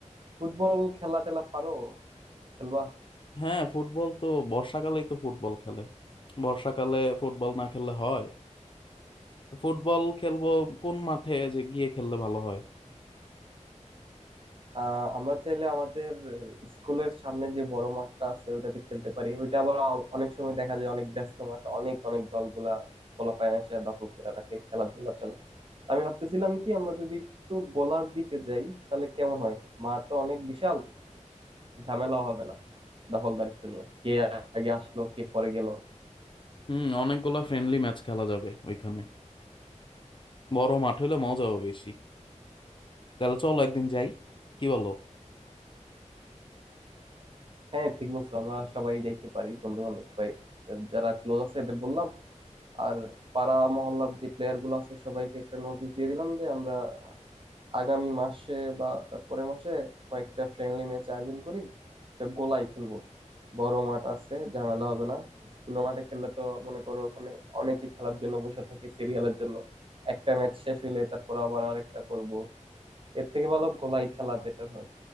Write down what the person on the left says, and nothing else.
হ্যাঁ ফুটবল তো বর্ষাকালেই তো ফুটবল খেলে বর্ষাকালে ফুটবল না খেললে হয় তো ফুটবল খেলবো কোন মাঠে যে গিয়ে খেললে ভালো হয়
হুম অনেকগুলা ফ্রেন্ডলি ম্যাচ খেলা যাবে ওইখানে বড় মাঠ হলে মজাও বেশি তাহলে চলো একদিন যাই কি বলো